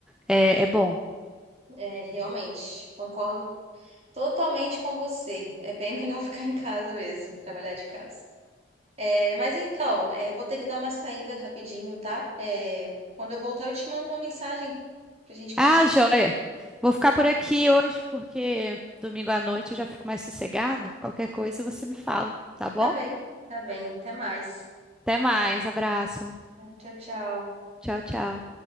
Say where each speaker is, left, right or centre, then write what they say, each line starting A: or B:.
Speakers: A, in the centre; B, on the right.
A: É, é bom.
B: É, realmente. Concordo Totalmente com você. É bem melhor <laughs> ficar em casa mesmo, trabalhar de casa. É, mas então, é, eu vou ter que dar uma saída rapidinho, tá? É, quando eu voltar, eu te mando uma mensagem pra gente continuar.
A: Ah, joia. Vou ficar por aqui hoje porque domingo à noite eu já fico mais sossegada. Qualquer coisa você me fala, tá bom?
B: Tá bem, tá bem. Até mais.
A: Até mais, abraço.
B: Tchau, tchau.
A: Tchau, tchau.